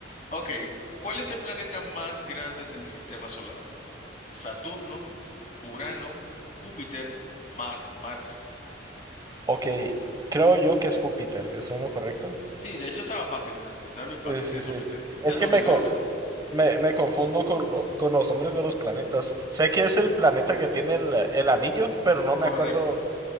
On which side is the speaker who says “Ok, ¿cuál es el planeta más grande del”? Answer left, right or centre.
Left